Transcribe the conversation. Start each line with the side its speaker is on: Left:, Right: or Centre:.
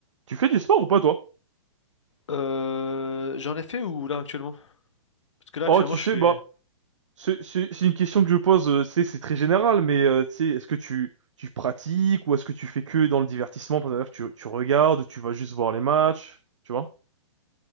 Right: Tu fais du sport ou pas, toi?
Left: Euh, j'en ai fait ou là actuellement? Parce que là
Right: Oh,
Left: actuellement
Right: tu
Left: je
Right: sais,
Left: fais.
Right: bah, c'est c'est- c'est une question que je pose, euh, c'est c'est très général, mais euh, tu sais, est-ce que tu, tu pratiques ou est-ce que tu fais que dans le divertissement, c'est-à-dire que tu, tu regardes, ou tu vas juste voir les matchs, tu vois?